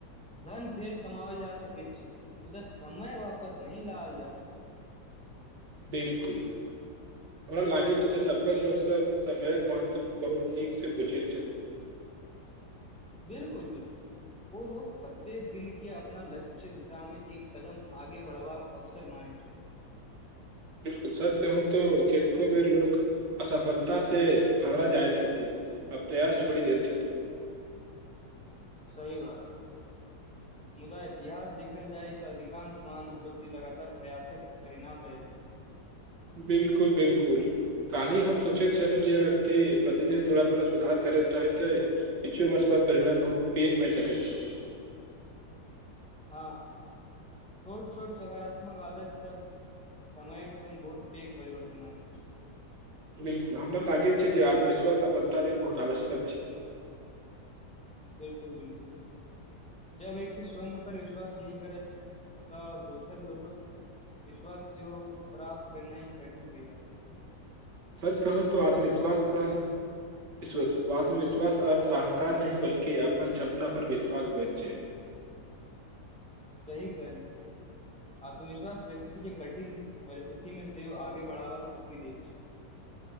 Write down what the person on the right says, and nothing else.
बिलकुल हमरा लागैत छै जे सफल लोकसभ समयक महत्व बहुत नीकसँ बुझित छथि
बिलकुल सच कहू त केतको बेर लोक असफलता से घबरा जाइत छथि आ प्रयास छोड़ी देैत छथि
बिलकुल बिलकुल कानी हम सोचैत छलहुँ जे व्यक्ति प्रतिदिन थोड़ा थोड़ा सुधार करैत रहैतइ किछु वर्ष बाद परिणाम बहुत पघ भए सकैत छै
बिलकुल हमरा लागैत छै जे आत्मविश्वास सफलता लेल बहुत आवश्यक छै
सच कहू त आत्मविश्वास आत्मविश्वास अर्थ अहंकार नहि बल्कि अपन क्षमता पर विश्वास होइत छै